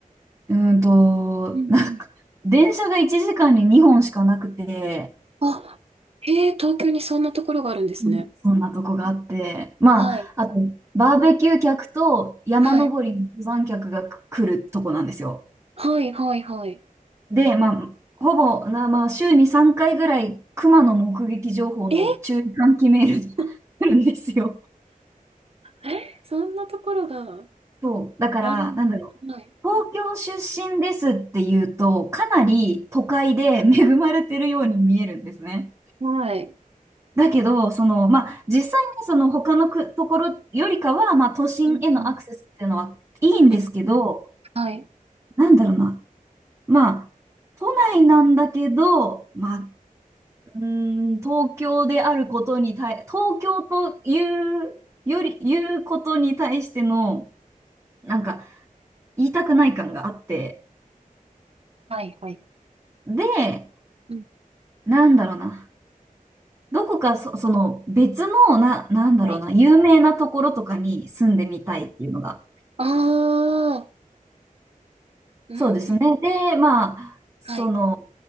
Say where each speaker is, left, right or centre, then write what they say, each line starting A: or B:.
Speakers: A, on the right; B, on the right.
A: うーんと、
B: うんうん。
A: なんか、電車が1時間に2本しかなくて、
B: あ、へえ、東京にそんなところがあるんですね。
A: そそんなとこがあって、
B: うん
A: まあ、
B: はい、
A: あと、バーベキュー客と山登りの登山客が来るとこなんですよ。
B: はい。はい、はい、はい。
A: で、まあ、ほぼな、まあ、週に3回ぐらい、熊の目撃情報の注意喚起メールが
B: うんえ、<laughs>
A: <laughs> 来るんですよ。
B: えそんなところが
A: そう。だから、
B: ある。
A: なんだろう。
B: はい。
A: 東京出身ですって言うと、かなり都会で恵まれてるように見えるんですね。
B: はい。
A: だけど、その、まあ、実際ね、その他のくところよりかは、まあ、都心へのアクセスっていうのはいいんですけど、
B: うんうんうん、はい。
A: なんだろうな。まあ、都内なんだけど、まあ、うーん、東京であることに対、東京というより、言うことに対しての、なんか、言いたくない感があって、
B: はい、はい。
A: で、
B: うん。
A: なんだろうな、どこかそ、その別の、な、なんだろうな、
B: はい。
A: 有名なところとかに住んでみたいっていうのが
B: ああ、うん、
A: そうですね。
B: うん。
A: で、まあ、その、
B: はい、